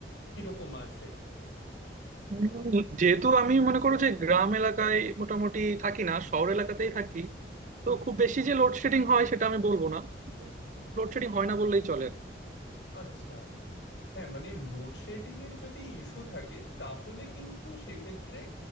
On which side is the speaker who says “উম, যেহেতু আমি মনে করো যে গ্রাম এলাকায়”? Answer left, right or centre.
Right